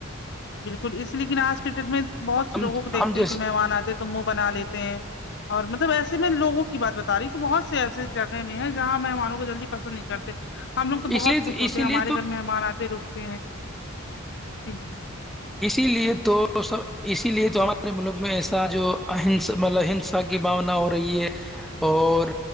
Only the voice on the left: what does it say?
بالکل اس لیکن آج کے ڈیٹ میں بہت
لوگوں کو دیکھتے
ہیں کہ مہمان آتے تھ تو منہ بنا لیتے ہیں اور مطلب ایسے میں لوگوں کی بات بتا رہی ہ کہ بہت سے ایسے جگہ میں جہاں مہمانوں کو جلدی پسند نہیں کرتے ہم لوگ تو بہت
خوش ہوتے
ہیں
ہمارے
گھر میں مہم آتے رک <inaudible>